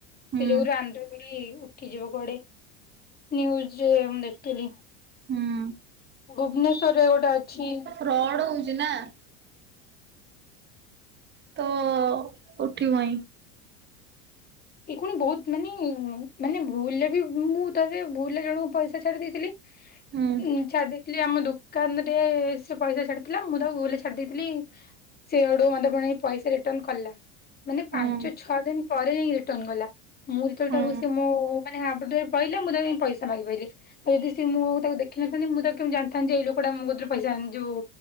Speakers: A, on the right; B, on the left.
A: ହୁଁ
B: ସେ ଯୁରୁ ଆନ୍ ଉଠିଯିବ କୁଆଡେ ୁଜ ରେ ମୁଁ ଦେଖିଥିଲି
A: ହୁଁ।
B: ଭୁବନେଶ୍ଵରରେ ଗୋଟେ ଅଛି
A: ଫ୍ରଡ଼ ହଉଛି ନା ତ ଉଠିବାଇଁ
B: ଏ ପୁଣି ବହୁତ ମାନେ ମାନେ ଭୁଲରେ ବି ମୁଁ ତରେ ଭୁଲରେ ଜଣଙ୍କୁ ପଇସା ଛାଡି ଦେଇଥିଲି
A: ହୁଁ
B: ଉଁ ଚଦଖ ଆମ ଦୋକାନ ରେ ସେ ପଇସା ଛାଡିଥିଲା ମୁଁ ତାକୁ ବ ଛାଡି ଦେଇେଇଥିଲି ସେଆଡୁ ମତେ ପୁଣି ପଇସା ରିଟର୍ନ କଲା ମାନେ
A: ହୁଁ
B: ପାଞ୍ଚ ଛଅ ଦିନ ପରେ ଯାଇକି ରିଟର୍ଣ ଗଲା ମୁଁକୁ
A: ହୁଁ
B: ସେ ମୋ ନାଁପ ଯ ପହିଲ ମୁଁ ତି ପଇସା ମାଗିାରି ଆଉ ଯଦି ସେ ମୁଁ ଆଉ ତାକୁ ଦେଖିନଥାନ୍ତି ମୁଁ କେମି ଜାଣିଥାନ୍ତି ଯେ ଏଇ ଲୋକଟା ମୋ କରେ ପସାନ୍ତିୋଉ